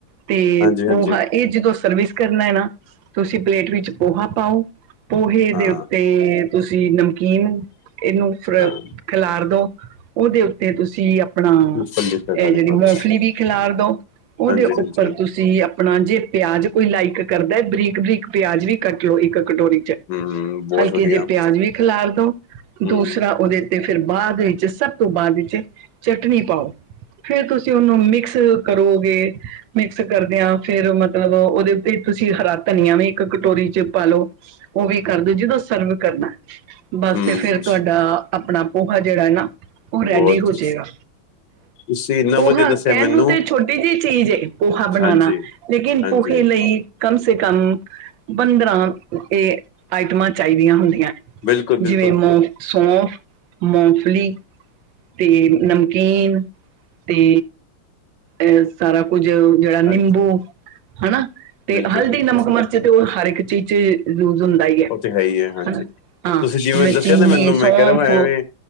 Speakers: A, on the right; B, on the left.
A: ਤੇ
B: ਹਾਂਜੀ ਹਾਂਜੀ
A: ਉਹ ਹ ਇਹ ਜਦੋਂ ਸਰਵਿਸ ਕਰਨਾ ਨਾ ਤੁਸੀਂ ਪਲੇਟ ਵਿੱਚ ਪੋਹਾ ਪਾਓ। ਪੋਹੇ
B: ਹਾਂ
A: ਦੇ ਉੱਤੇ ਤੁਸੀਂ ਨਮਕੀਨ ਇਹਨੂੰ ਫਿਰ
B: ਹਾਂ
A: ਖਿਲਾਰ ਦੋ। ਉਹਦੇ ਉੱਤੇ ਤੁਸੀਂ। ਆਪਣਾ
B: ਮੂੰਗਫਲੀ ਦੇ ਦਾਣੇ
A: ਇਹ ਜਿਹੜੀ
B: ਪਾ ਦੋ
A: ਮੋਫਲੀ ਵੀ ਖਿਲਾਰ ਦੋ ਉਹਦੇ
B: ਹਾਂਜੀ ਹਾਂਜੀ
A: ਉੱਪ ਪਰ ਤੁਸੀਂ ਆਪਣਾ ਜੇ ਪਿਆਜ਼ ਕੋਈ ਲਾਈਕ ਕਰਦਾ ਬਰੀਕ ਬਰੀਕ ਪਿਆਜ਼ ਵੀ ਕੱਟ ਲਓ ਇੱਕ। ਕਟੋਰੀ ਚ
B: ਹੂੰ ਬਹੁਤ
A: ਹਲਕੇ
B: ਵਧੀਆ
A: ਜੇ ਪਿਆਜ ਵੀ ਖਿਲਾਰ ਦੋ
B: ਹੂੰ
A: ਦੂਸਰਾ ਉਹਦੇ ਤੇ ਫਿਰ ਬਾਅਦ ਵਿੱਚ ਸਭ ਤੋਂ ਬਾਅਦ ਵਿੱਚ ਚਟਨੀ ਪਾਓ ਫਰ ਤੁਸੀਂ ਉਹਨੂੰ ਮਿਕਸ ਕਰੋਗੇ। ਮਿਕਸ ਕਰਦੇਿਆਂ ਫਿਰ ਮਤਲਬ ਉਹਦੇ ਉੱਤੇ ਤੁਸੀਂ ਹਰਾ ਧਨੀਆ ਵੀ ਇੱਕ ਕਟੋਰੀ ਚ ਪਾ ਲਓ ਉਹ ਵੀ ਕਰ ਦਿਓ ਜਿਦੋਂ ਸਰਵ ਕਰਨਾ। ਬਸ
B: ਹੂੰ
A: ਤੇ ਫੇਰ ਤੁਹਾਡਾ ਆਪਣਾ ਪੋਹਾ ਜਿਹੜਾ ਨਾ ਉਹ ਰੈਡੀ
B: ਬਹੁਤ
A: ਹੋ ਜੇਗਾ
B: ਤੁਸੀਂ ਇੰਨਾ
A: ਪੋਹਾ
B: ਵਧੀਆ ਦੱਸਿਆ
A: ਕਹਿਣ
B: ਮੈਨੂੰ
A: ਨੂੰ ਤੇ ਛੋਟੀ ਜਿਹੀ ਚੀਜ਼ ਏ ਪੋਹਾ ਬਣਾਉਣਾ
B: ਹਾਂਜੀ
A: ਲੇਕਿਨ
B: ਹਾਂਜੀ,
A: ਪੋਹੇ ਲਈ ਕਮ ਸੇ ਕਮ ਬਦਰਾਂ। ਇਹ ਆਈਟਮਾਂ ਚਾਹੀਦੀਆਂ ਹੁੰਦੀਆਂ।
B: ਬਿਲਕੁਲ-ਬਿਲਕੁਲ,
A: ਜਿਵੇਂ ਮ ਸੋਫ ਮੂੰਫਲੀ ਤੇ ਨਮਕੀਨ ਤੇ ਅ ਸਾਰਾ ਕੁੱਝ ਜਿਹੜਾ ਨਿੰਬੂ
B: ਹਾਂਜੀ,
A: ਹਨਾ ਤੇ
B: ਬਿਲਕੁਲ-ਬਿਲਕੁਲ,
A: ਹਲਦੀ ਨਮਕ ਮਿਰਚ ਤੇ ਉਹ ਹਰ ਇੱਕ ਚੀਜ਼। ਯੂਜ ਹੁੰਦਾ ਹੀ
B: ਉਹ ਤੇ ਹੈ ਹੀ ਹੈ ਹਾਂਜੀ
A: ਹਨਾ ਹਾਂ
B: ਤੁਸੀਂ ਜਿਵੇਂ ਦੱਸਿਆ
A: ਚੀਨੀ
B: ਨਾ ਮੈਨੂੰ ਮੈਂ
A: ਸੌਂਫ
B: ਕ ਐਵੇਂ